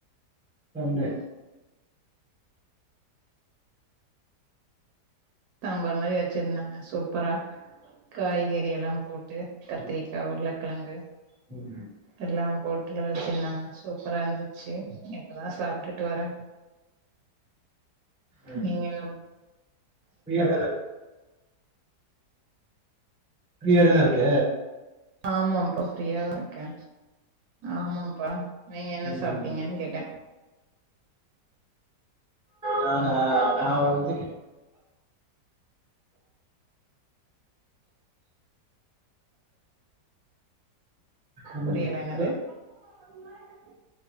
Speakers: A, in the centre; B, on the right.
A: சண்டே
B: டாம்பார் மாரி வச்சுருந்தாங்க சூப்பரா காய்கறி எல்லா போட் டு கத்ரிக்கா
A: ம்
B: உருளக்கெழங்கு
A: ம்
B: எல்லா போட்டு தா வச்சுருந்தாங்க சூப்பரா இருந்துச்சு இப்போ தா சாப்ட்டுட்டு வரே
A: ம்
B: நீங்க என்ன
A: பிள்ள கலரு ஃப்ரீயா தானே இருக்க
B: ஆமாம்பா ஃப்ரீயாதா இருக்கே ஆமாம்பா நீங்க என்ன
A: ம்
B: சாப் டீங்கனு கேட்டே
A: நானா நா வந்து ஒன்னு
B: புரியல
A: பத்துகே
B: <inaudible>